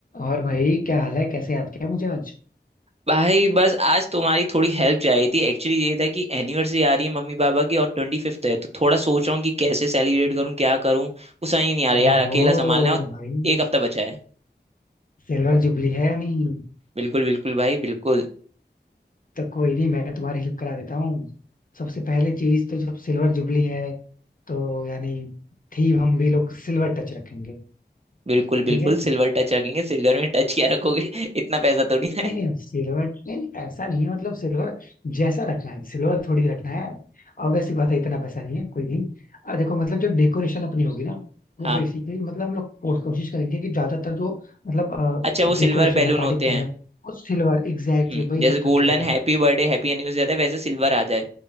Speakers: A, on the left; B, on the right.
A: और भाई क्या हाल है कैसे याद किया मुझे आज
B: भाई बस आज तुम्हारी थोड़ी हेल्प चाहिए थी एक्चुअली ये था कि एनिवर्सरी आ रही है मम्मी पापा की और ट्वेंटी फिफ्थ है तो थोड़ा सोच रहा हूँ कि कैसे सेलिब्रेट करूँ क्या करूँ वो समझ ही नहीं आ रहा
A: ओहो
B: यार अकेला संभालना है और
A: भाई
B: एक हफ्ता बचा है
A: सिल्वर जुबली है नहीं
B: बिल्कुल बिल्कुल भाई बिल्कुल
A: तो कोई नहीं मैं तुम्हारी हेल्प करा देता हूँ सबसे पहले चीज तो जब सिल्वर जुबली है तो यानी थीम हम भी लोग सिल्वर टच रखेंगे
B: बिल्कुल बिल्कुल
A: ठीक है
B: सिल्वर टच रखेंगे सिल्वर में टच क्या रखोगे <laughs> इतना पैसा थोड़ी ना
A: नहीं
B: है
A: नहीं सिल्वर नहीं नहीं, ऐसा नहीं है मतलब सिल्वर जैसा रखना है सिल्वर थोड़ी रखना है ऑब्वियस सी बात है इतना पैसा नहीं है कोई नहीं आ, देखो मतलब जो डेकोरेशन अपनी होगी ना
B: हाँ
A: वो बेसिकली मतलब हम लोग कोश- कोशिश करेंगे कि ज्यादातर जो मतलब
B: अच्छा वो सिल्वर
A: डेकोरेशन
B: बैलून
A: है पार्टी
B: होते
A: की
B: हैं
A: है वो सिल्वर एग्जैक्टली
B: हम्म
A: वही
B: जैसे
A: सब रखे
B: golden
A: थोड़ा
B: happy birthday happy anniversary आता है वैसे सिल्वर आ जाए